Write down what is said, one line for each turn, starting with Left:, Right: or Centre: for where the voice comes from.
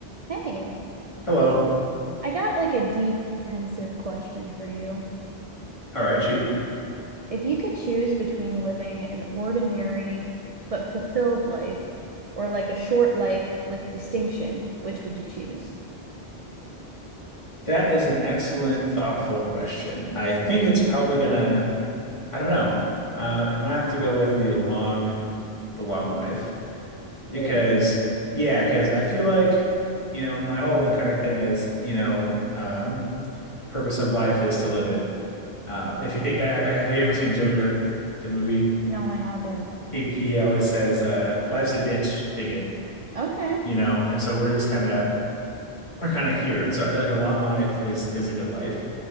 Right: Hey,
Left: Hello.
Right: I got like a deep, pensive question for you.
Left: All right, shoot.
Right: If you could choose between living an ordinary but fulfilled life or like a short life with distinction, which would you choose?
Left: That is an excellent, thoughtful question. I think it's probably gonna, I don't know. Uh, I might have to go with the long, the long life because,
Right: Really?
Left: yeah, because I feel like, you know, my whole entire thing is, you know, um, the purpose of life is to live it. Uh, if you think, have, have you ever seen Joe Dirt, the movie?
Right: No, I haven't.
Left: He he always says, uh, "Life's a ditch, dig it,"
Right: Okay.
Left: you know. And so we're just kind of we're kind of here. And so I feel like a long life is is a good life.